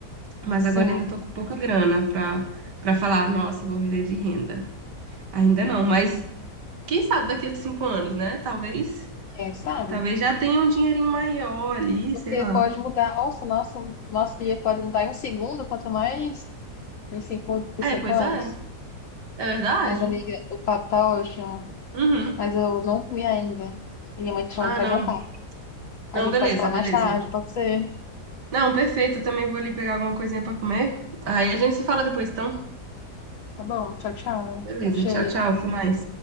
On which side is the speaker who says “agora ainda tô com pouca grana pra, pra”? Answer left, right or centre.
Right